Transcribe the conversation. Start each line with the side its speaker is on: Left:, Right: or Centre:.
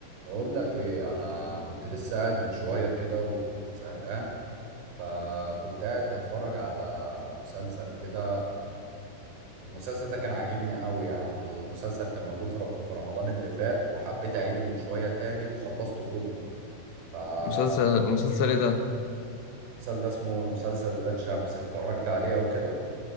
Right: بقول لك ايه انا كنت لسه قاعد من شويه كده وكنت زهقان فكنت قاعد بتفرج على مسلسل كده المسلسل ده كان عاجبني قوي يعني مسلسل كان موجود في رم- في رمضان اللي فات وحبيت اعيده من شويه تاني وخلصته كله فالمسلسل
Left: مسلسل مسلسل ايه ده؟
Right: ده اسمه مسلسل ولاد شمس اتفرجت عليه او كده